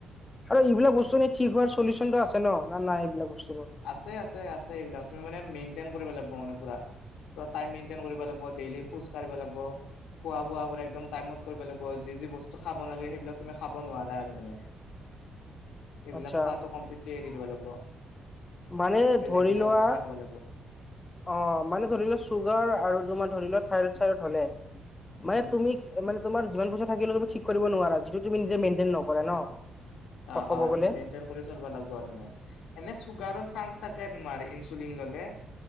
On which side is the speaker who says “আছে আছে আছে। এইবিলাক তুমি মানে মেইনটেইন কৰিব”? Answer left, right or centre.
Left